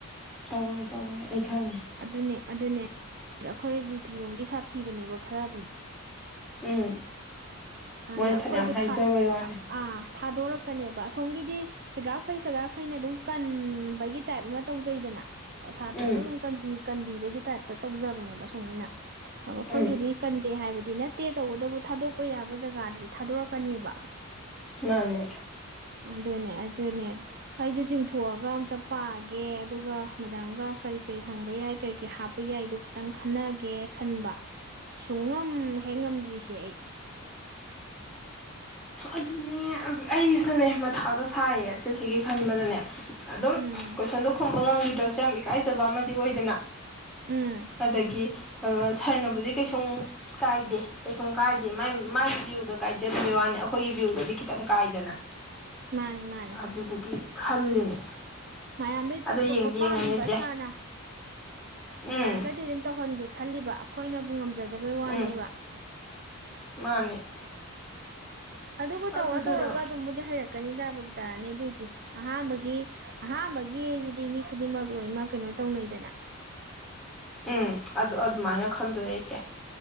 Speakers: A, in the centre; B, on the right.
A: ꯇꯧꯔꯣꯏ ꯇꯧꯔꯣꯏ ꯑꯩ ꯈꯪꯉꯦ
B: ꯑꯗꯨꯅꯦ ꯑꯗꯨꯅꯦ ꯑꯩꯈꯣꯏ ꯖꯤ ꯐꯤꯥꯥꯄꯤ ꯔꯣꯝꯒꯤ ꯁꯥꯊꯤꯕꯅꯦꯕ ꯈꯔ ꯑꯗꯨꯝ
A: ꯎꯝ
B: ꯍꯥꯟꯅ
A: ꯃꯣꯏꯅ ꯐꯅꯌꯥꯝ
B: ꯑꯩꯈꯣꯏꯗ
A: ꯍꯥꯏꯖꯕꯩ
B: ꯊꯥ
A: ꯋꯥꯅꯦ
B: ꯑꯥ ꯊꯥꯗꯣꯔꯛꯀꯅꯦꯕ ꯑꯁꯣꯝ ꯁꯣꯝꯒꯤꯗꯤ ꯐꯩꯒꯥꯛ ꯐꯩ ꯐꯩꯒꯥꯛ ꯐꯩꯅ ꯑꯗꯨꯝ ꯀꯟꯕꯒꯤ ꯇꯥꯏꯞ ꯑꯃ ꯇꯧꯖꯩꯗꯅ ꯁꯥꯇ꯭ꯔꯗꯣ
A: ꯎꯝ
B: ꯑꯗꯨꯝ ꯀꯟꯕꯤ ꯀꯟꯕꯤꯕꯒꯤ ꯇꯥꯏꯞꯇ ꯇꯧꯖꯕꯅꯦꯕ ꯑꯁꯣꯝꯒꯤꯅ ꯑꯩꯈꯣꯏꯒꯤꯗꯤ
A: ꯎꯝ
B: ꯀꯟꯗꯦ ꯍꯥꯏꯕꯗꯤ ꯅꯠꯇꯦ ꯇꯧꯕꯇꯕꯨ ꯊꯥꯗꯣꯛꯄ ꯌꯥ ꯕꯖꯒꯗꯗꯤ ꯊꯥꯗꯣꯔꯛꯀꯅꯤꯕ
A: ꯃꯥꯅꯦ
B: ꯑꯗꯨꯅꯦ ꯑꯗꯨꯅꯦ ꯑꯩꯁꯨ ꯆꯤꯡꯊꯣꯛꯑꯒ ꯑꯝꯇ ꯄꯥꯒꯦ ꯑꯗꯨꯒ ꯃꯦꯗꯥꯝꯒ ꯀꯔꯤ ꯀꯔꯤ ꯍꯪꯕ ꯌꯥꯏ ꯀꯩꯀꯩ ꯍꯥꯞꯄ ꯌꯥꯢꯗꯣ ꯈꯇꯪ ꯈꯟꯅꯒꯦ ꯈꯟꯕ ꯁꯨꯡꯉꯝ ꯎꯝ ꯍꯦꯛ ꯉꯝꯗ꯭ꯔꯤꯁꯦ ꯑꯩ
A: ꯑꯗꯨꯅꯦ ꯑꯩꯁꯨꯅꯦ ꯃꯊꯥꯒ ꯁꯥꯏꯌꯦ ꯑꯁꯤꯁꯤꯒꯤ ꯈꯟꯕꯗꯅꯦ ꯑꯗꯨꯝ
B: ꯎꯝ
A: ꯀꯣꯏꯁꯟꯗꯣ ꯈꯨꯝꯕ ꯉꯝꯈꯤꯗ꯭ꯔꯁꯨ ꯌꯥꯝ ꯏꯀꯥꯏꯖꯕ ꯑꯃꯗꯤ ꯑꯣꯏꯗꯅ
B: ꯎꯝ
A: ꯑꯗꯒꯤ ꯑ ꯁꯔꯅꯕꯨꯗꯤ ꯀꯩꯁꯨꯝ ꯀꯥꯏꯗꯦ ꯀꯩꯁꯨꯝ ꯀꯥꯏꯗꯦ ꯃꯥꯢ ꯃꯒꯤ ꯚ꯭ꯌꯨꯗ ꯀꯥꯏꯖ ꯕꯩ ꯋꯥꯅꯦ ꯑꯩꯈꯣꯏꯒꯤ ꯚ꯭ꯌꯨꯗꯗꯤ ꯈꯤꯇꯪ ꯀꯥꯏꯗꯅ
B: ꯃꯥꯅꯦ ꯃꯥꯅꯦ
A: ꯑꯗꯨꯗꯨꯒꯤ ꯈꯜꯂꯤꯅꯦ
B: ꯃꯌꯥꯝꯗꯩ
A: ꯑꯗꯣ
B: ꯇꯣꯞ
A: ꯌꯦꯡꯗꯤ
B: ꯇꯣꯞꯄ ꯄꯥꯝꯃꯤꯕ
A: ꯌꯦꯡꯉꯅꯤ ꯏꯆꯦ
B: ꯁꯥꯔꯅ
A: ꯎꯝ
B: ꯌꯥꯔꯒꯗꯤ ꯑꯗꯨꯝ ꯇꯧꯍꯟꯒꯦ ꯈꯜꯂꯤꯕ ꯑꯩꯈꯣꯏꯅꯕꯨ ꯉꯝꯖ ꯗꯕꯩ ꯋꯥꯅꯦꯕ
A: ꯎꯝ ꯃꯥꯅꯦ
B: ꯑꯗꯨꯕꯨ
A: ꯑꯗꯨꯗꯨꯗ
B: ꯇꯧꯔ ꯇꯧꯔꯒ ꯑꯗꯨꯝꯕꯨꯗꯤ ꯍꯩꯔꯛꯀꯅꯤꯗ ꯕꯕꯤꯇꯔꯥꯅꯤ ꯑꯗꯨꯏꯗꯤ ꯑꯍꯥꯝꯕꯒꯤ ꯑꯍꯥꯝꯕꯒꯤꯁꯤꯗꯤ ꯃꯤ ꯈꯨꯗꯤꯡꯃꯛ ꯂꯣꯏꯅꯃꯛ ꯀꯩꯅꯣ ꯇꯧꯅꯩꯗꯅ
A: ꯎꯝ ꯑꯗꯨ ꯑꯗꯨꯃꯥꯏꯅ ꯈꯟꯗꯣꯛꯑꯦ ꯆꯦ